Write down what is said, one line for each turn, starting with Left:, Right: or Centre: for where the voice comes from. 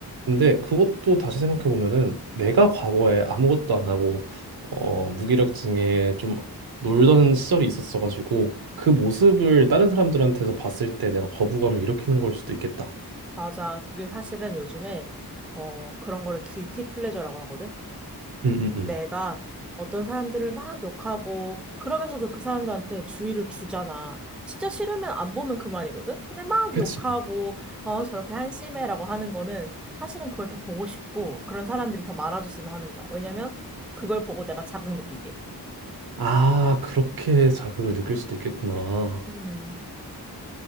Right: 근데 그것도 다시 생각해 보면은 내가 과거에 아무것도 안 하고 어 무기력증에 좀 놀던 시절이 있었어 가지고 그 모습을 다른 사람들한테서 봤을 때 내가 거부감을 일으키는 걸 수도 있겠다.
Centre: 맞아. 그게 사실은 요즘에 어, 그런 거를 길티 플레저라고 하거든.
Right: 응응응.
Centre: 내가 어떤 사람들을 막 욕하고 그러면서도 그 사람들한테 주의를 주잖아. 진짜 싫으면 안 보면 그만이거든? 근데 막
Right: 그치.
Centre: 욕하고 어 저렇게 한심해라고 하는 거는 사실은 그걸 더 보고 싶고 그런 사람들이 더 많아졌으면 하는 거야. 왜냐면 그걸 보고 내가 자극 느끼게.
Right: 아, 그렇게 자극을 느낄 수도 있겠구나.
Centre: 음.